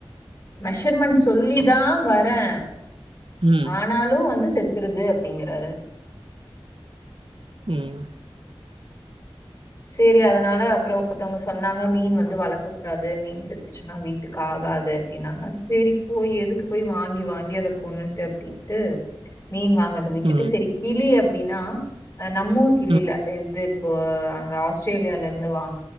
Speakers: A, on the left; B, on the right.
A: மெஷர்மெண்ட் சொல்லி தா வரே
B: ம்
A: ஆனாலு வந்து செத் ருது அப்டிங்றாரு
B: ம்
A: சேரி அதனால அப்புறம் ஒருத்தவங்க சொன்னாங்க மீன் வந்து வளர்க்க கூடாது மீன் செத் துச்சுன்னா வீட்டுக்கு ஆகாது அப்படின்னாங்க சரி போய் எதுக்கு போய் வாங்கி வாங்கி அத கொன்னுட்டு அப்படின்னு டு மீன் வாங் றத விட்டுட்டு
B: ம்
A: சரி கிளி அப்படின்னா நம்மூர் கிளில
B: ம்
A: இது இப்போ அங்க ஆஸ்திரேலியால இருந்து வாங்